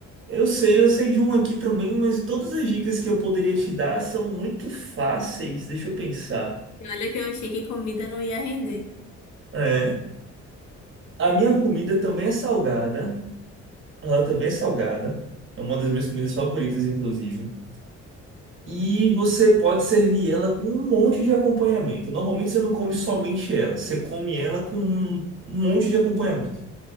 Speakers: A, on the right; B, on the left.
A: Eu sei, eu sei de um aqui também, mas todas as dicas que eu poderia te dar são muito fáceis. Deixa eu pensar.
B: E olha que eu achei que comida não ia render.
A: É, a minha comida também é salgada. Ela também é salgada. É uma das minhas comidas favoritas, inclusive. E você pode servir ela com um monte de acompanhamento. Normalmente você não come somente ela, você come ela com um monte de acompanhamento.